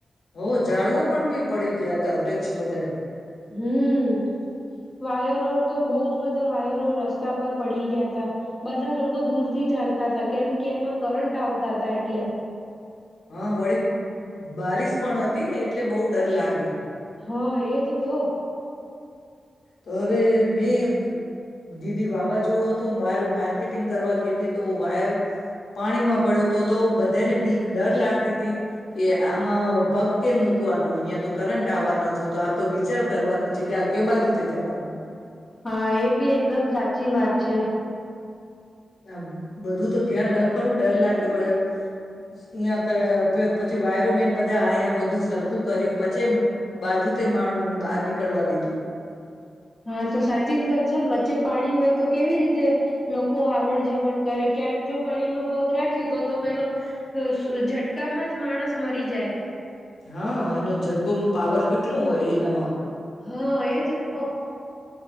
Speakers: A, on the left; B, on the left.
A: હો ઝાડવો પણ પી પડી ગયા હતા વૃક્ષ બધે
B: હમ વાયરો તો બહુ જ બધા વાયરો રસ્તા પર પડી ગયા હતા બધા લોકો દૂરથી ચાલતા હતા કેમ કે એમાં કરંટ આવતા હતા એટલે
A: હા વળ બારિશ પણ હતી ને એટલે બહુ ડર લાગે
B: હા એજ તો
A: તો હવે મેં દીદી વાવાઝોડું હતું બાર માર્કેટિંગ કરવા ગઈ હતી તો વાયર પાણી માં પડ્યું તો તો બધાને બીક ડર લાગ સ્થિતિ કે આમાં પગ કેમ મુૂકવાનું અહિયાયા તો કરટ આવવાનો છો તો આપ તો વિચાર કરવાનું છે કે આ કે બાજુ તે જવાનું
B: હા એ બી એકદમ સાચી વાત છે
A: આ બધું તો ધ્યાન રાખવાનું ડર લાગે પણ અંયા પછી વાયરોમેન બધા આ્યા બધું સરખું કર્યું પછી બાજુ મણ નીકળવા દીધું
B: હા તો સાચી જ વાત છે ને વચ્ચે પાણી હોય તો કેવી રીતે લોકો આવણ જવણ કરે ક્યાંક જો પાણીમાં પગ રાખે તો તો પેલો ઝટકામાં જ માણસ મરી જાય
A: હા એનો ટકો પાવર કેટલોું હોય એનામાં
B: હા એજ ક